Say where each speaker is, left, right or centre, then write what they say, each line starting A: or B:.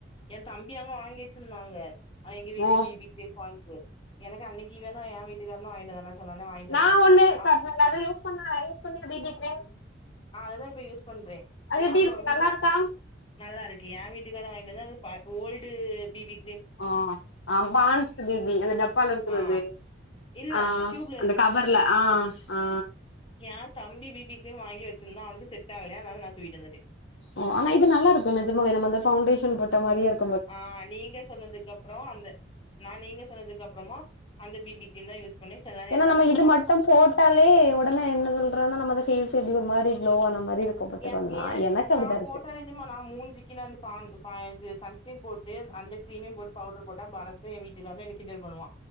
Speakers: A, on the left; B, on the left.
A: எ தம்பி அங்க வாங்கி வச்சிருந்தாங்க அ எங்க வீட்ல
B: ஓ
A: பி பி கிரீம் ஃபான்ஸு எனக்கு அன்னக்கி வேணு ஏ வீட்டுக்காரனு வாங்கிட்டு வந்தானா சொன்னோனே வாங்கிட்டு
B: நா
A: வந்தா
B: ஒன்னு
A: அப்
B: தர அது யூஸ் பண்ணல யூஸ் பண்ணிய பி பி க்ரிம்
A: ஆ அததா இப்ப யூஸ் பண்றே
B: அது எப்டி இருக்கு
A: வீட்
B: நல்லாருக்கா
A: நல்லாருக்கு ஏ வீட்டுக்காரு வாங்கிட்டு வந்தது அந்த ப ஓல்டு பி பி
B: அ ஆ பான்ஸு பி பி அந்த டப்பால இருக்றது
A: ஆ இல்ல
B: ஆ
A: டியூப்ல
B: அந்த கவர்ல ஆ ஆ
A: ஏ தம்பி பி பி க்ரீம் வாங்கி வச்சிருந்தா அவனுக்கு செட்டாகுலயா அதனால நா தூக்ட்டு வந்துடே
B: ஓ ஆனா இது நல்லாருக்கு நெஜமாவே நம்ம அந்த ஃபௌண்டேஷன் போட்ட மாரியே இருக்
A: ஆ நீங்க சொன்னதுக்கு அப்றோ அந்த நா நீங்க சொன்னதுக்கு அப்புறமு அந்த பி பி க்ரீம்தா யூஸ் பண்ணே சில நேரோ
B: ஏன்னா
A: என் தம்பி
B: நம்ம
A: சொல்லுவா
B: இது மட்டு போட்டாலே ஒடனே என்ன சொல்றோன்னா நம்ம அந்த ஃபேஸ் எப்டி ஒரு மாரி க்ளோவான மாரி இருக்கு பாத்துக்கோ
A: ய
B: நா
A: என
B: எனக்கு
A: நா
B: அப்டிதா இருக்கு
A: போட்டாலருந்து மா நா மூஞ்சிக்குனு அந்த பா பா அது சன்ஸ்கிரீன் போட்டு அந்த க்ரீமு போட்டு பவுடர் போட்டா பரத் து எ வீட்டுக்காரனு என்ன கிண்டல் பண்ணுவா